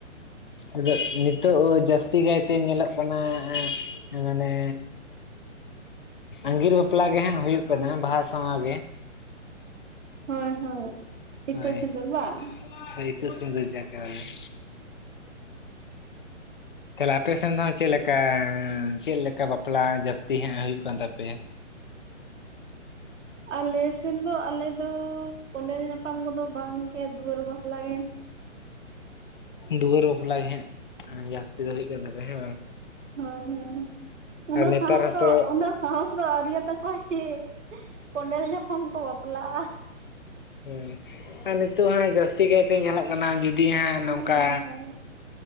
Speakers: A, on the left; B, on the right.
A: ᱟᱫᱚ ᱱᱤᱛᱚᱜ ᱡᱟᱹᱥᱛᱤ ᱠᱟᱭᱛᱮ ᱧᱮᱞᱚᱜ ᱠᱟᱱᱟ ᱢᱟᱱᱮ ᱟᱸᱜᱤᱨ ᱵᱟᱯᱞᱟ ᱜᱮ ᱦᱟᱸᱟᱜ ᱦᱩᱭᱩᱜ ᱠᱟᱱᱟ ᱵᱟᱦᱟ ᱥᱟᱶ ᱜᱮ
B: ᱦᱳᱭ ᱦᱳᱭ ᱤᱛᱩᱫ
A: ᱦᱳᱭ
B: ᱥᱤᱸᱫᱩᱨ ᱵᱟᱝ
A: ᱦᱳᱭ ᱤᱛᱩ ᱥᱤᱸᱫᱩᱨ ᱡᱟᱠᱮ ᱵᱚᱞᱮ <inaudible> ᱛᱟᱦᱚᱞᱮ ᱟᱯᱮ ᱥᱮᱱ ᱫᱚ ᱦᱟᱸᱜ ᱪᱮᱫ ᱞᱮᱠᱟ ᱪᱮᱫ ᱞᱮᱠᱟ ᱵᱟᱯᱞᱟ ᱡᱟᱹᱥᱛᱤ ᱦᱟᱸᱜ ᱦᱩᱭᱩᱜ ᱠᱟᱱ ᱛᱟᱯᱮᱭᱟ
B: ᱟᱞᱮᱥᱱ ᱫᱚ ᱟᱞᱮ ᱫᱚ ᱠᱚᱱᱮᱞ ᱧᱟᱯᱟᱢ ᱠᱚᱫᱚ ᱵᱟᱝᱜᱮ ᱫᱩᱣᱟᱹᱨ ᱵᱟᱯᱞᱟᱜᱮ
A: ᱫᱩᱣᱟᱹᱨ ᱵᱟᱯᱞᱟᱜ ᱜᱮ ᱦᱟᱸᱜ ᱡᱟᱹᱥᱛᱤ ᱫᱚ ᱦᱩᱭᱩᱜ ᱠᱟᱱ ᱛᱟᱯᱮᱭᱟ ᱦᱮᱸ ᱵᱟᱝ
B: ᱦᱚᱭ ᱸ ᱦᱚᱭᱸ ᱩᱱᱟᱹᱜ
A: ᱟᱨ ᱱᱮᱛᱟᱨ
B: ᱥᱟᱦᱚᱥ
A: ᱦᱚᱸᱛᱚ
B: ᱫᱚ ᱩᱱᱟᱹᱜ ᱥᱟᱦᱚᱥ ᱫᱚ ᱟᱹᱨᱤᱭᱟ ᱛᱟᱠ ᱦᱚᱠᱚ ᱥᱮ ᱠᱚᱸᱰᱮᱞ ᱧᱚᱠᱷᱚᱱ ᱠᱚ ᱵᱟᱯᱞᱟᱜᱼᱟ
A: ᱦᱩᱸ ᱟᱨ ᱱᱤᱛᱚᱜ ᱦᱟᱸᱜ ᱡᱟᱹᱥᱛᱤ ᱠᱟᱭᱛᱮ ᱧᱮᱞᱚᱜ ᱠᱟᱱᱟ ᱡᱩᱫ ᱛᱤᱦᱟᱸᱜ
B: ᱦᱮᱸ
A: ᱱᱚᱝᱠᱟ
B: ᱦᱮᱸ ᱦᱮᱸ